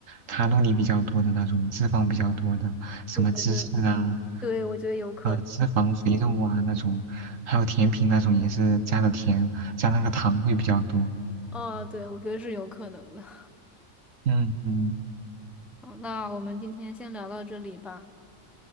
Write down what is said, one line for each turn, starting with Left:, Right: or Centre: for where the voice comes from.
Right: 卡路里比较多的那种，脂肪比较多的，什么芝士啊，
Centre: 我觉得，对，我觉得有可能。
Right: 呃，脂肪、肥肉啊那种，还有甜品那种也是加的甜，加那个糖会比较多。
Centre: 哦，对，我觉得是有可能的。<laughs>
Right: 嗯嗯，
Centre: 好，那我们今天先聊到这里吧。